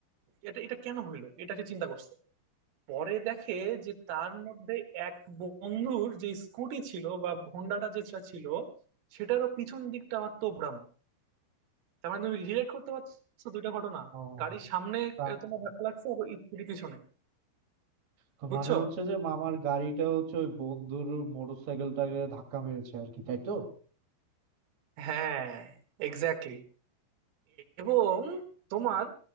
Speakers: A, on the right (about 80°); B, on the right (about 45°).
A: এটা এটা কেন হইলো এটা সে চিন্তা করছে পরে দেখে যে তার মধ্যে এক বন্ধুর যে স্কুটি ছিল বা হোন্ডাটা যেটা ছিল সেটারও পিছন দিকটা আবার তোবড়ানো তার মানে তুমি রিলেট করতে পারছো দুইটা ঘটনা
B: ও
A: গাড়ির সামনে
B: তা
A: আহ, তোমার ধাক্কা লাগছে আর স্কুটি পিছনে
B: তো
A: বুঝছো
B: মানে হচ্ছে যে মামার গাড়িটা হচ্ছে ওই বন্ধুর মোটরসাইকেলটাকে ধাক্কা মেরেছে আর কি তাই তো
A: হ্যাঁ এক্স্যাক্টলি এবং তোমার